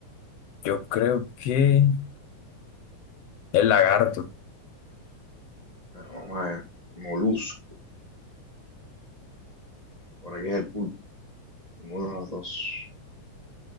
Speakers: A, on the left; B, on the right.
A: Yo creo que. El lagarto.
B: Bueno, vamos a ver. Molusco. Por qué es el pulpo. Ninguno de los dos.